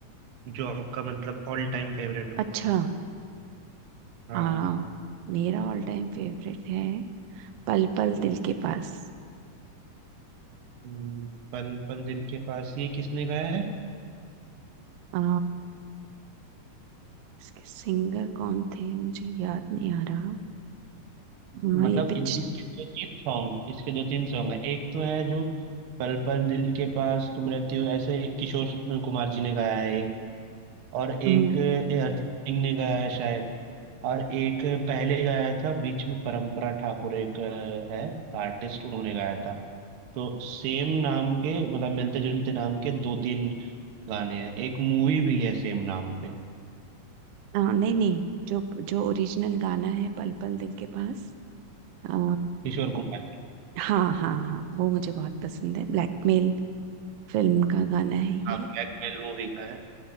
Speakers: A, on the right; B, on the right.
A: हैं जो आपका मतलब ऑल टाइम फेवरेट हो
B: अच्छा
A: हाँ
B: आ मेरा ऑल टाइम फेवरेट है पल पल दिल के पास
A: हम्म, पल पल दिल के पास ये किसने गाया है
B: आ, इसके सिंगर कौन थे मुझे याद नहीं आ रहा हाँ
A: मतलब
B: ये पिक्च
A: इन- इसके दो तीन सॉन्ग इसके दो तीन सॉन्ग है एक तो है जो पल पल दिल के पास तुम रहती हो ऐसे एक किशोर कुमार जी ने गाया है एक और एक
B: हम्म
A: ए, अरिजीत सिंह ने गाया है शायद और एक पहले गाया था बीच में परंपरा ठाकुर एक अ, है आर्टिस्ट उन्होंने गाया था तो सेम नाम के मतलब मिलते जुलते नाम के दो तीन गाने हैं एक मूवी भी है सेम नाम पे
B: हाँ, नहीं नहीं जो जो ओरिजिनल गाना है पल पल दिल के पास आ,
A: किशोर कुमार जी
B: हाँ हाँ हाँ वो मुझे बहुत पसंद है ब्लैकमेल फिल्म का गाना है ये
A: नाम ब्लैकमेल मूवी का है